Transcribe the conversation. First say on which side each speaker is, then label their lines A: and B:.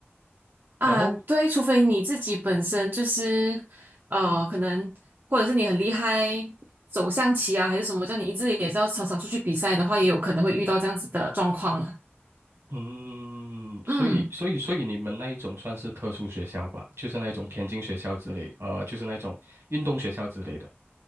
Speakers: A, on the right; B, on the right.
A: 啊，
B: 然后，
A: 对，除非你自己本身就是呃，可能或者是你很厉害走象棋啊，还是什么，叫你一直也是要常常出去比赛的话，也有可能会遇到这样子的状况了。
B: 嗯，所以所以所以你们那一种算是特殊学校吧，
A: 嗯，
B: 就是那一种田径学校之类的，呃，就是那种运动学校之类的